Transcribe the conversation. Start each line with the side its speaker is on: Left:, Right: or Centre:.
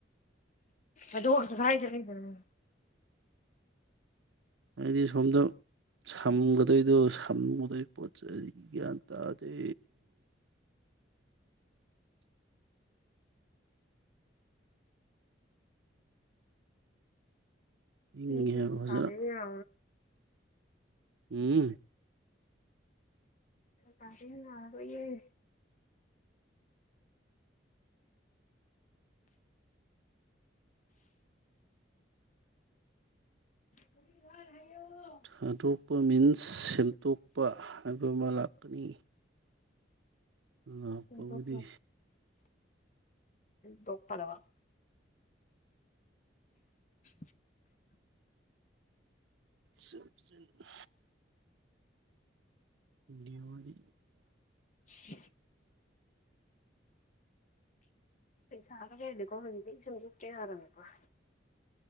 Left: ꯑꯗ ꯁꯈꯥꯏ ꯆ ꯀ ꯐꯔ
Right: ꯍꯥꯏꯗꯤ ꯁꯣꯝꯗ ꯁꯝꯒ ꯑꯗꯨꯗꯏꯗꯣ ꯁꯝꯨꯗꯩ ꯄꯣꯠꯆ ꯒ꯭ꯌꯥꯟ ꯇꯥꯗꯦ ꯏꯪꯉꯦ
Left: ꯍꯝꯝ
Right: ꯍꯥꯏꯕ ꯐꯖꯅ
Left: ꯇꯥꯃꯦ ꯌꯥ
Right: ꯎꯝ
Left: ꯇꯗꯅꯕꯏ ꯍꯥꯏ
Right: ꯊꯥꯗꯣꯛꯄ ꯃꯤꯟꯁ ꯁꯦꯝꯗꯣꯛꯄ ꯍꯥꯏꯕ ꯑꯃ ꯂꯥꯛꯀꯅꯤ ꯂꯥꯛꯄꯕꯨꯗꯤ
Left: ꯇꯣ ꯇꯣꯛꯄꯔ <inaudible>
Right: ꯁ ꯆꯖꯅ ꯅ꯭ꯌꯎꯔꯤꯗ
Left: ꯁꯤ ꯄꯩꯁꯥꯔꯒꯦꯀꯣꯁꯛꯇꯦ ꯍꯥꯏꯔꯃꯦꯀꯣ